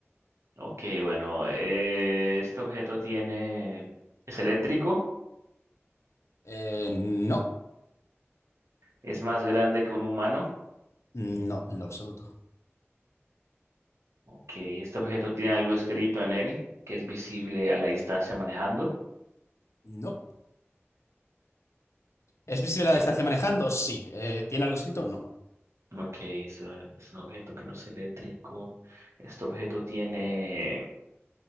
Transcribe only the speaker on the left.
Eh, no,
no, en lo absoluto.
No. ¿Es visible
la distancia
manejando? Sí. Eh, ¿tiene algo escrito? No.